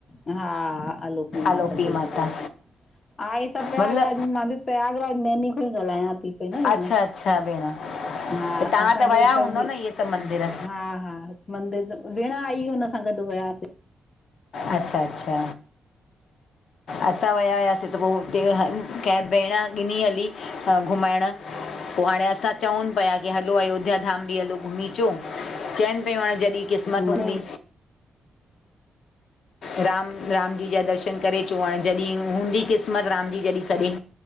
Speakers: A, on the left (about 40°); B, on the left (about 75°).
A: हा, आलोकी माता
B: अलोपी
A: जो
B: माता
A: बि दर्शन थ। ह इ सभु
B: मतिलबु
A: पग मां बि <unintelligible> प्रयागरास नैनी खों ई ॻाल्हायां थी। पई न भेण
B: अच्छा, अच्छा भेण।
A: हा,
B: त तव्हां
A: असांजो
B: त विया
A: सभ,
B: हूंदव न इहे सभु मंदर
A: हा हा <unintelligible> मंदिर, भेण आई हुन सां गॾु वियासीं।
B: अच्छा, अच्छा! असां विया हुआसीं, त पोइ हुते कै भेण ॾिनी हली घुमाइण। पोइ हाणे, असां चऊं पिया की हलो, अयोध्या धाम बि हलो घुमी अचो, चवनि पियूं हाणे जॾहिं, क़िस्मत
A: छोकी
B: हूंदी।
A: मने
B: राम, राम जी जा दर्शनु करे अचो। हाणे जॾहिं हूंदी क़िस्मत राम जी जॾहिं सदे।